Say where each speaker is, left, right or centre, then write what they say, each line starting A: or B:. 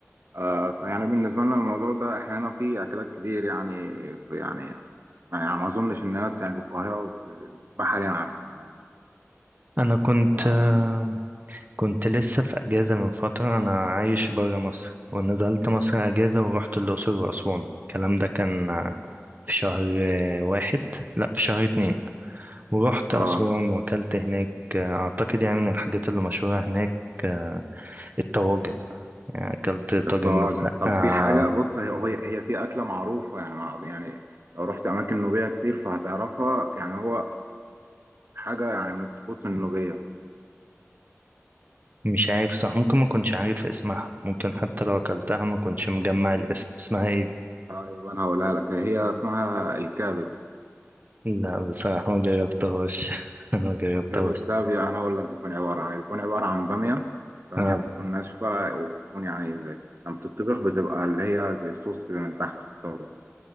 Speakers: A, on the right; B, on the right.
A: آه، فيعني بالنسبة لنا الموضوع ده احنا هنا في أكلات كتير يعني يعني يعني ما أظنش الناس يعني في القاهرة وفي البحر يعني عارفينها يعني
B: انا كنت
A: يعني
B: آه، كنت لسه في أجازة من فترة أنا عايش برا مصر ونزلت مصر أجازة ورحت الأقصر وأسوان الكلام ده كان آه، في شهر آه، واحد لأ في شهر اتنين ورحت
A: اه
B: أسوان وأكلت هناك آه، أعتقد يعني من الحاجات اللي مشهورة هناك آه، الطواجن يعني أكلت طاجن
A: الطواجن
B: مسقعة
A: طب في حاجة بص هي هي هي في أكلة معروفة يعني مع يعني لو رحت أماكن نوبية كتير فهتعرفها يعني هو حاجة يعني من الطقوس النوبية
B: مش عارف صح ممكن ما كنتش عارف اسمها ممكن حتى لو أكلتها ما كنتش مجمع الاسم اسمها إيه
A: طيب أنا هقولها لك هي اسمها الكبد
B: لا بصراحة ما جربتهاش <laughs> ما جربتهاش
A: الكبد ده بي... أنا هقول لك بيكون عبارة عن إيه. بيكون عبارة عن بامية بامية
B: آه،
A: بتكون ناشفة وبتكون يعني زي لما بتطبخ بتبقى اللي هي زي الصوص كده من تحت في الطبق